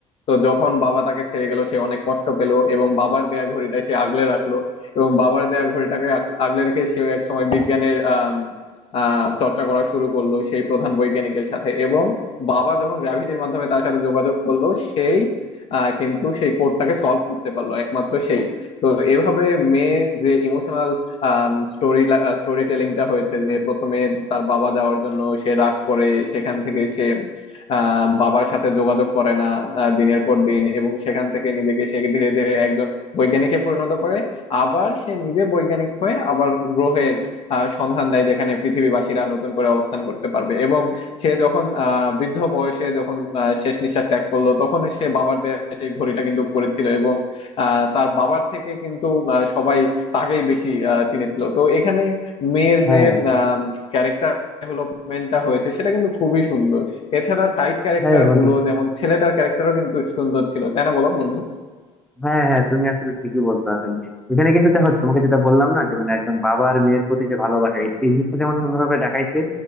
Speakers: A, on the left; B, in the centre.
A: তো যখন বাবা তাকে ছেড়ে গেল সে অনেক কষ্ট পেল এবং বাবার দেয়া ঘড়িটা সে আগলে রাখলো এবং বাবার দেয়া ঘড়িটাকে আগ- আগলে রেখে সেও এক সময় বিজ্ঞানের আম, আহ, চর্চা করা শুরু করলো সেই প্রধান বৈজ্ঞানিকের সাথে এবং বাবা যখন গ্র্যাভিটির মাধ্যমে তার সাথে যোগাযোগ করলো সেই আহ, কিন্তু সেই কোডটাকে সলভ করতে পারলো একমাত্র সেই তো এভাবে মেয়ে যে ইমোশনাল স্টোরি স্টোরি টেলিংটা হয়েছে যে প্রথমে তার বাবা যাওয়ার জন্য সে রাগ করে সেখান থেকে সে আহ, বাবার সাথে যোগাযোগ করে না আহ, দিনের পর দিন এবং সেখান থেকে নিজেকে সে ধীরে ধীরে একজন বৈজ্ঞানিকে পরিণত করে আবার সে নিজে বৈজ্ঞানিক হয়ে আবার গ্রহের আহ, সন্ধান দেয় যেখানে পৃথিবীবাসীরা নতুন করে অবস্থান করতে পারবে এবং সে যখন আহ বৃদ্ধ বয়সে যখন আহ, শেষ নিঃশ্বাস ত্যাগ করলো তখন সে বাবার দেয়া সেই ঘড়িটা কিন্তু পড়েছিল এবং আহ, তার বাবার থেকে কিন্তু আহ, সবাই তাকেই বেশি আহ, চিনেছিল তো এখানে মেয়ের
B: হ্যাঁ
A: যে ক্যারেক্টার ডেভেলপমেন্টটা হয়েছে সেটা কিন্তু খুবই সুন্দর এছাড়া সাইড ক্যারেক্টার
B: হ্যাঁ বন্ধু
A: গুলো যেমন ছেলেটার ক্যারেক্টারও কিন্তু সুন্দর ছিল তাই না বলো বন্ধু
B: হ্যাঁ হ্যাঁ তুমি আসলে ঠিকই বলছো আসলে এখানে কিন্তু দেখো তোমাকে যেটা বললাম না যে মানে একজন বাবার মেয়ের প্রতি যে ভালোবাসা এই এই জিনিসটা যেমন সুন্দরভাবে দেখাইছে